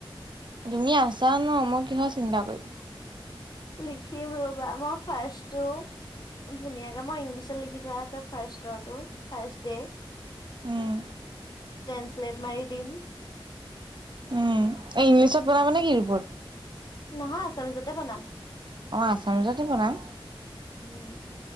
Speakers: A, on the right (about 55°); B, on the left (about 50°).
A: তুমি আছা ন মই কিহৰ চিন্তা কৰিম।
B: লিখিম ৰবা মই ফাৰ্ষ্টটো। ধুনীয়াকে মই ইংলিছত লিখি থোৱা আছে ফাৰ্ষ্ষ্টৰটো। ফাৰ্ষ্ট ডে
A: উম
B: ট্ৰেসলেট মাৰি দিম।
A: উম এই ইংলিছত বনাবা নে কি এইবোৰ
B: নহয় আছ আচলটোতে বনাম।
A: অ আচাম ৰোজাতে বনাম
B: উম